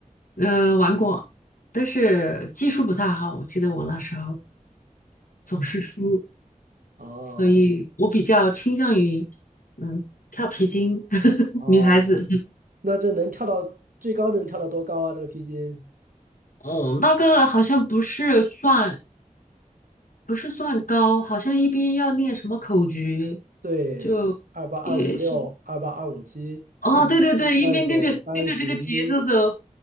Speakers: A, on the left; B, on the right.
A: 呃，玩过，但是技术不太好，我记得我那时候总是输，
B: 哦
A: 所以我比较倾向于嗯跳皮筋，<laughs>
B: 哦，
A: 女孩子。
B: 那这能跳到最高能跳到多高啊？这个皮筋，
A: 哦，那个好像不是算，不是算高，好像一边要念什么口诀，
B: 对，
A: 就也是
B: 二八二五六、二八二五七、
A: 哦，
B: 二
A: 对对对，
B: 二九、
A: 一边跟着跟着这个节奏走，
B: 三十一，